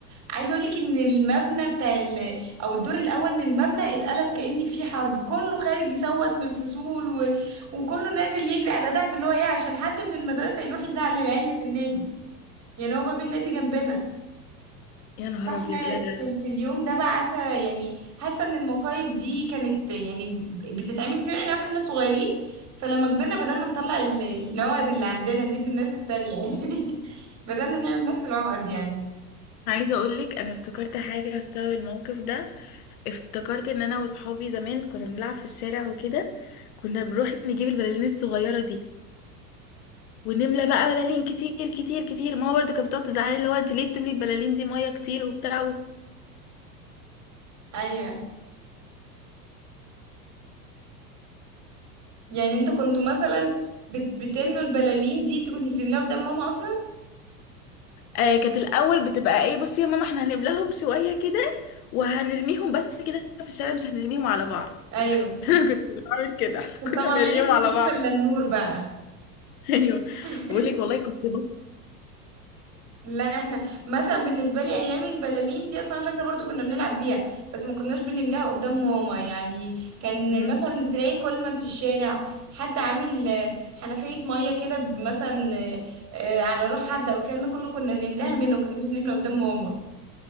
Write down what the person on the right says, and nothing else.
عايزه اقول لك ان المبنى بتاع ال... او الدور الاول من المبنى اتقلب كأن في حرب كله خارج يصوت من الفصول و... وكله نازل يجري على تحت اللي هو ايه عشان حد من المدرسه يروح يزعل العيال اللي في النادي يعني هو باب النادي جنبنا
فاحنا
في, في اليوم ده بقى عارفه يعني حاسه ان المصايب دي كانت يعني بتتعمل فينا احنا واحنا صغيرين فلما كبرنا بدأنا نطلع ال- العقد اللي عندنا دي في الناس التانية يعني <laughs> بدأنا نعمل نفس العقد يعني
ايوه يعني انتوا كنتوا مثلا بت بتملوا البلالين دي انتوا كنتوا بتملاها قدام ماما اصلا
ايوه
بس
طبعا
عينك
مش شايفه
الا النور بقى
<laughs>
لا احنا مثلا بالنسبه لي ايام البلالين دي اصلا فاكره برضو كنا بنلعب بيها بس ما كناش بنملاها قدام ماما يعني كان
مثلا تلاقي كولمان في الشارع حد عامل آه، حنفيه ميه كده ب- مثلا آه، آه، على روح حد او الكلام ده كله كنا بنملاها منه كنا بنملى قدام ماما